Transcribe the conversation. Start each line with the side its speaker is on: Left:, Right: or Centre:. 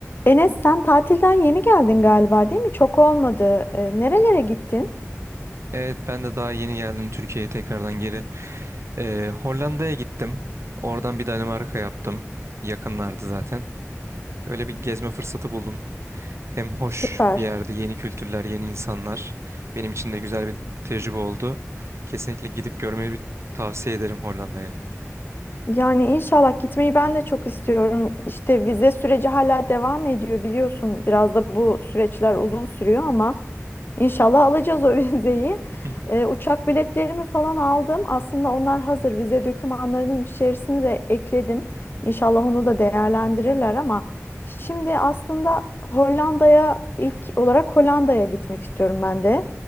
Left: Enes sen tatilden yeni geldin galiba değil mi? Çok olmadı. E, nerelere gittin?
Right: Evet ben de daha yeni geldim Türkiye'ye tekrardan geri. Ee, Hollanda'ya gittim. Oradan bir Danimarka yaptım. Yakınlardı zaten. Öyle bir gezme fırsatı buldum. Hem hoş
Left: Süper.
Right: bir yerde yeni kültürler, yeni insanlar. Benim için de güzel bir tecrübe oldu. Kesinlikle gidip görmeyi bir tavsiye ederim Hollanda'ya.
Left: Yani inşallah gitmeyi ben de çok istiyorum. İşte vize süreci hala devam ediyor biliyorsun. Biraz da bu süreçler uzun sürüyor ama inşallah alacağız o <laughs> vizeyi.
Right: <laughs>
Left: Ee, uçak biletlerimi falan aldım. Aslında onlar hazır. Vize dokümanlarının içerisine de ekledim. İnşallah onu da değerlendirirler ama şimdi aslında Hollanda'ya ilk olarak Hollanda'ya gitmek istiyorum ben de.